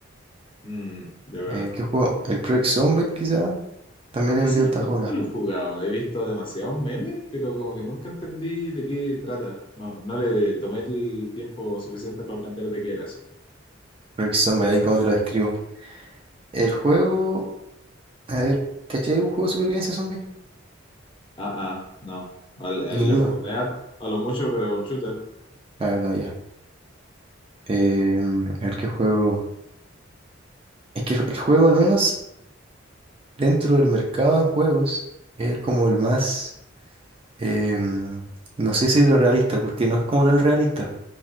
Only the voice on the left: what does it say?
mm, yo veo.
Ese
nunca
lo he jugado. He visto demasiados memes, pero como que nunca entendí de qué trata. No, no le tomé el tiempo suficiente para aprender de qué era así.
Ah, ah, no. Al, el
Left 4 Dead, a lo mucho, pero es un shooter.